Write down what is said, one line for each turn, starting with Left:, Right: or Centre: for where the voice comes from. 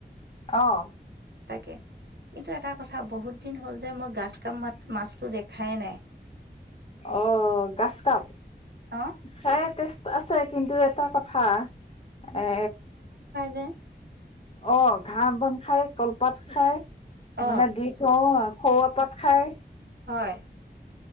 Left: আহ
Right: তাকে কিন্তু এটা কথা বহুত দিন হ'ল যে মই গাজ কামা মাছতটো দেখাই নাই
Left: অ গছ কাপ
Right: অ
Left: সে তেেষ্ট আ ছে কিন্তু এটা কথা এ
Right: অ
Left: অ ঘাঁহ বন খাই কলপাত খাই
Right: অ',
Left: মানে দি থওঁ খৰুৱা পাত খাই
Right: হয়